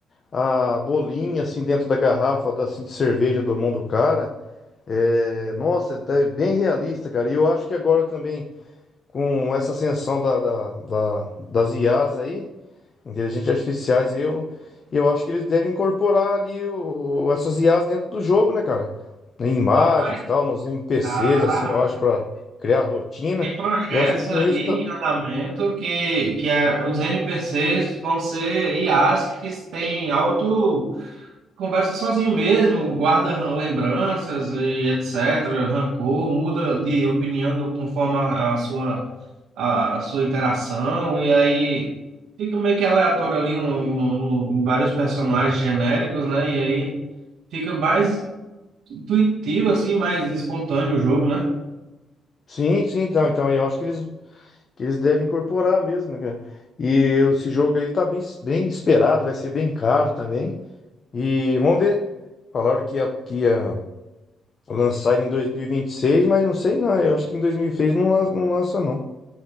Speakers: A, on the left; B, on the right.
A: a bolinha assim dentro da garrafa da, assim, de cerveja do mão do cara. É, nossa, tá bem realista, cara. E eu acho que agora também, com essa ascensão da, da- da- das IAs aí, inteligentes artificiais, aí, eu, eu acho que eles devem incorporar ali o- essas IAs dentro do jogo, né, cara? Em imagens
B: Rapaz,
A: e tal, nos NPCs,
B: ah,
A: assim, eu acho, pra criar rotina.
B: tem projetos
A: E eu acho que com
B: aí
A: isso.
B: em
A: tá-
B: andamento que, que a- os NPCs vão ser IAs que têm alto. Conversa sozinho mesmo, guarda ran- lembranças e etc., rancor, muda de opinião do- conforme a a sua, a, a sua interação, e aí fica meio que aleatório ali no, no- no- em vários personagens genéricos, né? E aí fica mais intuitivo, assim, mais espontâneo o jogo, né?
A: Sim, sim, então, então eu acho que eles, que eles devem incorporar mesmo, né, cara? E esse jogo aí tá bem, bem esperado, vai ser bem caro também. E vamos ver. Falaram que ia, que ia lançar em dois mil e e vinte e seis mas não sei não. Eu acho que em 2026 não, lan- não lança, não.